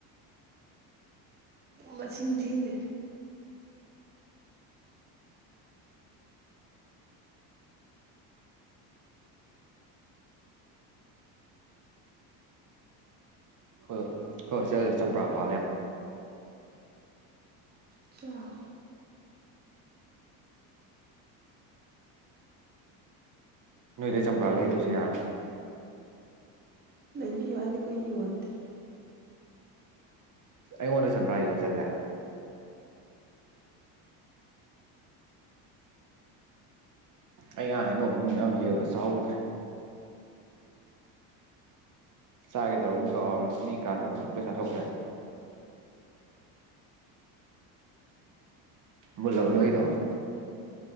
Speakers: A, on the right; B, on the right.
A: ꯃꯁꯤꯡ ꯊꯤꯗꯦ
B: ꯍꯣꯏ ꯑꯩꯈꯣꯏ ꯍꯣꯁ꯭ꯇꯦꯜꯗꯥꯗꯤ ꯆꯝꯄ꯭ꯔꯥ ꯄꯥꯜꯂꯦ ꯌꯥꯝ
A: ꯆꯥꯎ
B: ꯅꯣꯏꯗꯩ ꯆꯝꯄ꯭ꯔꯥ ꯂꯩꯗ꯭ꯔꯁꯨ ꯌꯥꯔꯥꯅꯤ
A: ꯂꯩꯕꯤꯌꯨ ꯍꯥꯏꯗꯦ ꯑꯩꯈꯣꯏ ꯌꯣꯟꯗꯦ
B: ꯑꯩꯉꯣꯟꯗ ꯁꯝꯄ꯭ꯔꯥꯏ ꯌꯣꯟꯖꯜꯂꯦꯕ ꯑꯩ ꯉꯔꯥꯡ ꯍꯩꯅꯧ ꯑꯃꯨꯟꯕ ꯌꯥꯝ ꯍꯦꯛꯑꯒ ꯆꯍꯧꯗ꯭ꯔꯦ ꯆꯥꯒꯦ ꯇꯧꯔꯒ ꯛꯥꯎꯔ ꯃꯤ ꯀꯥ ꯊꯅꯝꯔ ꯂꯣꯏ ꯆꯥꯊꯣꯛꯈ꯭ꯔꯦ ꯃꯨꯜꯂꯕ ꯅꯣꯏꯗꯣ